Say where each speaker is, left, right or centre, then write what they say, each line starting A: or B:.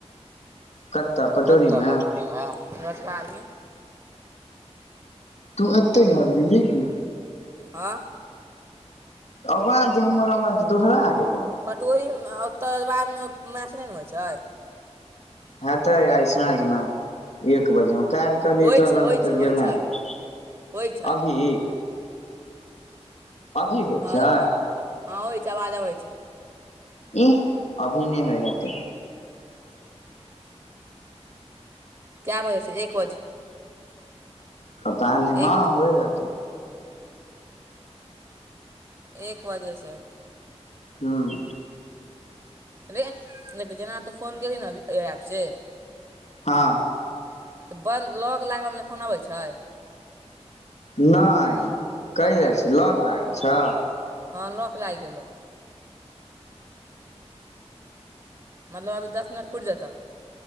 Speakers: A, on the left; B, on the right.
A: कतऽ पटोरी
B: कतअ
A: मे
B: पटोरी मे रसगार मे
A: तू एतहि आबि गेलही की
B: हँ
A: आवाज जे हमर आवाज दोहरा गेलहु
B: पटोरीमे ओतऽ ओइ बाध मे मैछ नहि ने होइ छै
A: हेतै आइ सांझमे एक बजे मे काल्हि कहलियै
B: होइ
A: चल
B: छै होइ
A: तऽ
B: छै
A: गेलनि
B: होइ छै होइ छै
A: अबही अभी होइ
B: हँ
A: छै
B: देखी हँ होइ आवाज अबै छै
A: इह अभि नहि होय होतय
B: कै बजे सँ एक बजे
A: पता नहि हँ
B: एक
A: होइ होतै
B: एक बजे सँ
A: हूँ
B: अरे जेना तू फोन केलही न अभी ऐ ऐप से
A: हँ
B: तऽ बन्द लौक लागलमे नहि फोन अबै छै
A: नहि कहि जाइ छै लॉक लागल छौ
B: हँ लौक लागि गेलौ मतलब अब दस मिनट पूुर जतौ